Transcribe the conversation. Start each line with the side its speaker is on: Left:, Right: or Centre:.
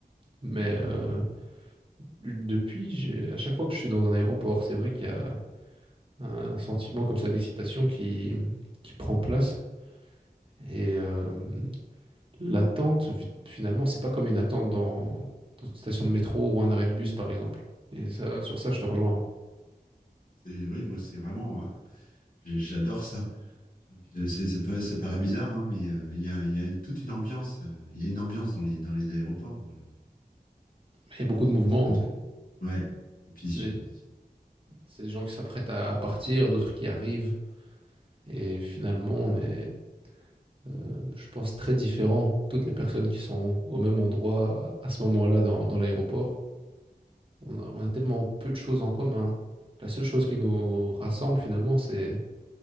Right: mais euh, depuis, j'ai, à chaque fois que je suis dans un aéroport, c'est vrai qu'il y a un sentiment comme ça d'excitation qui, qui prend place. Et euh, l'attente, vi- finalement, c'est pas comme une attente dans, dans une station de métro ou un arrêt de bus, par exemple. Et ça, sur ça, je te rejoins.
Left: C'est oui, moi, c'est vraiment, euh, j'adore ça. Donc, euh, c'est- ça, paraît, ça paraît bizarre, hein, mais euh, il y a, il y a toute une ambiance. euh, Il y a une ambiance dans les, dans les aéroports. moi, je-
Right: Il y a beaucoup
Left: C'est
Right: de mouvements.
Left: c'est un truc.
Right: hein.
Left: Ouais. Et puis,
Right: C'est
Left: c'est
Right: des, c'est des gens qui s'apprêtent à, à partir, d'autres qui arrivent. Et finalement, on est, euh, je pense, très différents. Toutes les personnes qui sont au même endroit à à ce moment-là dans, dans l'aéroport. On a, on a tellement peu de choses en commun. La seule chose qui nous rassemble finalement, c'est